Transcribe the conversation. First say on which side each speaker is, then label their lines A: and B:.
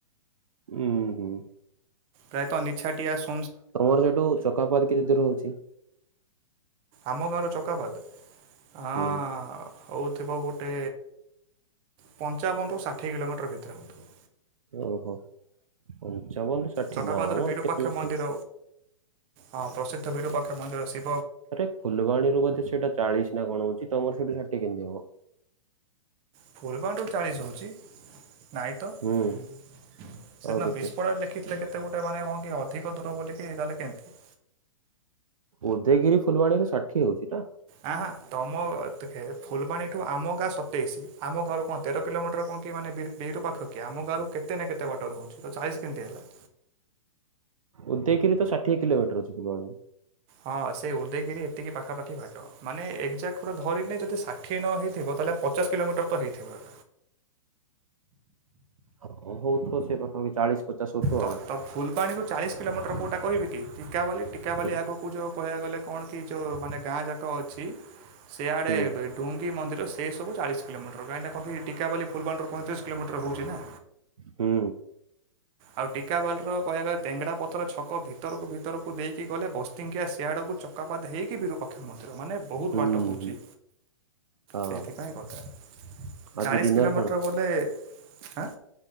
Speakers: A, on the right; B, on the right.
A: ହୁଁ ହୁଁ।
B: ପ୍ରାୟତଃ ନିଛାଟିଆ ସ୍
A: ତମର ସେଠୁ ଚକାପତି କେତେ ଦୂର ହଉଚି?
B: ଆମ ଗାଁରୁ ଚକାପାଦ? ହଁ
A: ହୁଁ।
B: ହଉଥିବ ଗୋଟେ ପଞ୍ଚାବନ ରୁ ଷାଠିଏ କିଲୋମିଟର ଭିତରେ ହଉଥିବ।
A: ଓହୋ ପଞ୍ଚାବନ ଷାଠିଏ
B: ଚକାପାଦର
A: ନା ମ୍
B: ବିରୁପାକ୍ଷ
A: ଏତେ ହଉ ନଥିବା।
B: ମନ୍ଦିର ହଁ ପ୍ରସିଦ୍ଧ ବିରୁପାକ୍ଷ ମନ୍ଦିର ସେ
A: ଆରେ ଫୁଲବାଣୀରୁୁ ବୋଧେ ସେଇଟା ଚାଳିଶ ନା କଣ ହଉଛି? ତମର ସେଠୁ ଷାଠିଏ କେମତି ହବ?
B: ଫୁଲ ବାଟ ଚାଳିଶ ହଉଛି। ନାଇଁ ତ
A: ହୁଁ।
B: ସେଦିନ
A: ଆଉ କେତେ
B: ବିସ୍ ପା ଲେଖ ଲେଖ। ଏତେ ଗୋଟେ ମାନେ କଣ କି ଅଧିକ ଦୂର ବୋଲିକି ତାହେଲେ କେମିତି।
A: ଉଦୟଗିରି ଫୁଲବାଣୀ ଷାଠି ହଉଛିା
B: ଆ ହ ତମ ଫୁଲବାଣୀଠୁ ଆମ ଗାଁ ସତେଇଶ ଆମ ଘାରକୁ ହଁ ତେର କିଲୋମଟର କଣ କି ମାନେ ବି ର ପାଖ କି ଆମ ଗାଁରୁ କେତେ ନା କେତେ ବଟର ହହୁଛି ତ ଚାଳିଶ କେମତି ହେଲା।
A: ଉଦୟଗିରି ତ ଷାଠିଏ କିଲୋମିଟର ଅଛି ପିଲବେରେ
B: ହଁ ସେ ଉଦୟଗିରି ଏତିକି ପାଖାପାଖି ଘଟି ା ପୁର ର ଯଦି ଷାଠିଏ ନ ହେଇଥିବ ତାହେଲେ ପଚାଶ କିଲୋମିଟର ତ ହେଇଥିବ ଏ
A: ହ ହଉଥ ସେ ତଣ ଚାଳିଶ ପଚାଶ ହଉଥିବ
B: ତ
A: ଆଉ
B: ତ ଫୁଲବାଣଣିରୁୁ ଚାଳିଶ କିଲୋମିଟର କୋଉଟା କ ବି ଚିଜ୍ ଟୀକାବାଲି ଟୀକାାବାଲି
A: ଗୋଟେ
B: ଆଗକୁ ଯେଉଁ କହିବା ଗଲେ। କଣ କି ଯୋଉ ମାନେ ଗାଁ ଯାକ ଅଛି। ସେଆଡେ
A: ହୁଁ
B: ଡୁଙ୍ଗି ମନ୍ଦିର ସେ ସବୁ ଚାଳି କୋମଟର କାହିଁି କ ଟିକାବାଲି ଫୁଲଣରୁ ପଁତିରି କିଲୋମଟର ଛି ନା
A: ହୁଁ
B: ଆଉ ଟିକା ବାଲ ର କହିବା ଗଲେ ତେଙ୍ଗଡା ପଥର ଛକ ଭିତରକୁ ଭିତରକୁ ଦେଇକି ଗଲେ ବସ୍ତିଙ୍କିଆ ସିଆଡକୁ ଚକାପାତ ହେଇକି ବିରପକ୍ଷ ମ। ମାନେ ବହୁତ
A: ହୁଁ
B: ବାଟ ହଉଛି
A: ହୁଁ ହଁ
B: ସେଇଥିପାଇଁ କଥା।
A: ଆଜି
B: ଚାଳିଶ
A: ଡିନର
B: କିଲୋମିଟର
A: କଣ
B: ବୋଲେ ଆଁ?